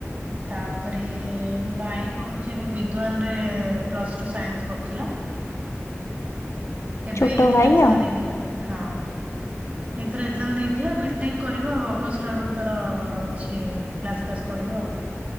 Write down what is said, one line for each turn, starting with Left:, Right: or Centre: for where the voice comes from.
Right: ତା ପରେ ମୋ ଭାଇ କରୁଛି ଏବେ ବିଦ୍ୱାନ ରେ ପ୍ଲସ୍ ଟୁ ସାଇନ୍ସ୍ କରୁଥିଲା। ଏବେ
Left: ଛୋଟ
Right: ଏଇ ଥର
Left: ଭାଇ
Right: ଏକ୍ଜାମ୍
Left: ଆଉ
Right: ଦେଇଥିଲା ହଁ। ଏଇଥର ଏକ୍ଜାମ୍ ଦେଇଥିଲା ବି ଟେ କ୍ କରିବ ଆଉ ଅଗଷ୍ଟ ଆଡକୁ ତାର ଅଛି କ୍ଲାସ୍ ଫ୍ଲାସ୍ କରିବ ଆଉ।